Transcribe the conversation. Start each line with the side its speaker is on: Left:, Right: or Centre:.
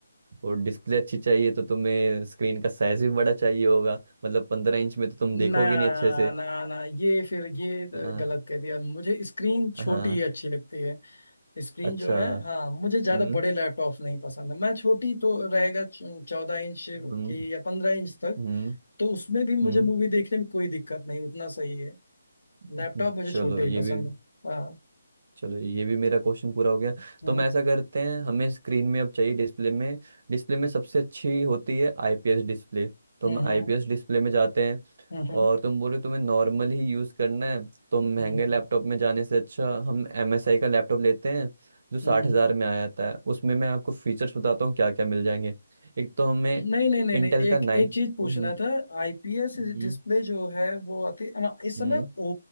Right: और डिस्प्ले अच्छी चाहिए तो तुम्हें स्क्रीन का साइज भी बड़ा चाहिए होगा मतलब पंद्रह इंच में तो तुम
Left: ना
Right: देखोगे नहीं अच्छे से
Left: ना ना ये फिर ये
Right: हाँ
Left: गलत कह दिया मुझे स्क्रीन छोटी
Right: हाँ
Left: ही अच्छी लगती है स्क्रीन
Right: अच्छा
Left: जो है हाँ मुझे ज्यादा
Right: हम्म
Left: बड़े लैपटॉप्स नहीं पसंद है मैं छोटी तो रहेगा चौदह इंच की
Right: हम्म
Left: या पंद्रह इंच तक
Right: हम्म
Left: तो उसमें भी मुझे
Right: हम्म
Left: मूवी देखने में कोई दिक्कत नहीं उतना सही है
Right: हम्म,
Left: लैपटॉप मुझे
Right: चलो
Left: छोटे
Right: ये
Left: ही पसंद
Right: भी
Left: है हाँ
Right: चलो ये भी मेरा क्वेश्चन पूरा हो गया
Left: हम्म
Right: तो हम ऐसा करते हैं हमें स्क्रीन में अब चाहिए डिस्प्ले में डिस्प्ले में सबसे अच्छी होती है आईपीएस डिस्प्ले तो
Left: हम्म
Right: हम
Left: हम्म
Right: आईपीएस डिस्प्ले में जाते हैं
Left: हम्म
Right: और तुम बोल रहे हो तुम्हें नॉर्मल ही यूज़ करना है तो महंगे
Left: हम्म हम्म
Right: लैपटॉप में जाने से अच्छा हम एमएसआई का लैपटॉप लेते हैं जो साठ
Left: हम्म,
Right: हज़ार में आ जाता है उसमें मैं आपको फीचर्स बताता हूँ क्या क्या मिल जाएंगे एक तो हमें
Left: नहीं नहीं नहीं
Right: इंटेल
Left: नहीं एक
Right: का नाइन
Left: एक चीज
Right: हम्म
Left: पूछना था आईपीएस
Right: हम्म
Left: डिस्प्ले जो है वो आती अमा- इस
Right: हम्म,
Left: समय ओ